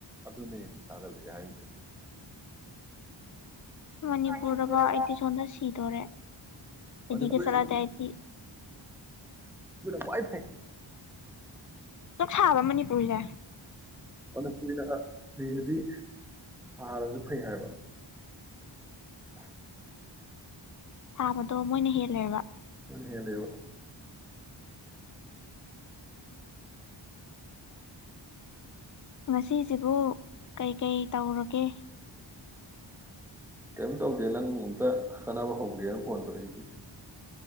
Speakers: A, in the centre; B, on the left.
A: ꯑꯗꯨꯅꯤ ꯁꯥꯒꯠꯂꯑꯦ ꯍꯥꯏꯁꯦ
B: ꯃꯅꯤꯄꯨꯔꯗꯐꯥꯎ
A: ꯃꯅꯤꯄꯨꯔ
B: ꯑꯩꯗꯤ ꯁꯣꯝꯗ ꯁꯤꯗꯣꯔꯦ ꯗꯦꯜꯂꯤꯒ
A: ꯃꯅꯤꯄꯨꯔ
B: ꯆꯠꯂꯗꯤ ꯑꯩꯗꯤ
A: ꯀꯨꯋꯥꯏ <inaudible>
B: ꯁꯨꯛꯁꯕꯔꯥ ꯃꯅꯤꯄꯨꯔꯁꯦ
A: ꯃꯅꯤꯄꯨꯔ ꯑꯥ ꯗꯤꯅꯥꯗꯤ ꯁꯥꯔꯁꯨ ꯐꯩ ꯍꯥꯏꯕ <inaudible>
B: ꯁꯥꯕꯗꯣ ꯃꯣꯏꯅ ꯍꯦꯜꯂꯦꯕ
A: ꯑ ꯍꯦꯜꯂꯦꯕꯥ
B: ꯉꯁꯤꯁꯤꯕꯨ ꯀꯩꯀꯩ ꯇꯧꯔꯒꯦ
A: ꯀꯔꯤꯝ ꯇꯧꯗꯦ ꯅꯪ ꯑꯝꯇ ꯈꯅꯕ ꯍꯧꯒꯦꯅ ꯐꯣꯟ ꯇꯧꯔꯛꯏꯅꯤ